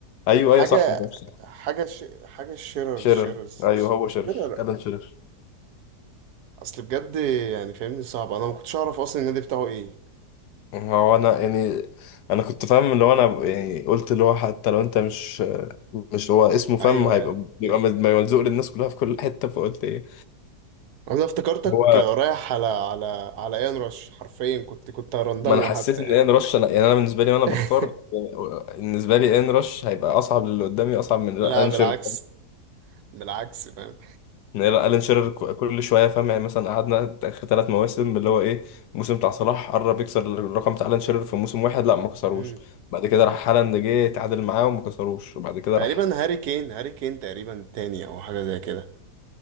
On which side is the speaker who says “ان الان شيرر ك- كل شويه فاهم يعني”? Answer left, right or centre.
Left